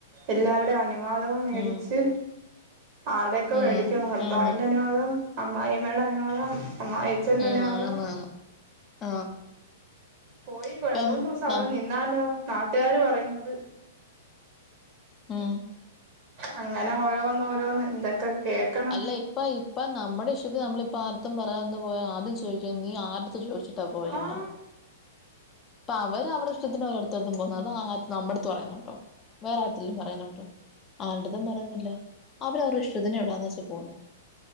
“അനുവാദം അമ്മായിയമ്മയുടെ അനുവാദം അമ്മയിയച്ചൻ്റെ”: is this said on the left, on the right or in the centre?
Right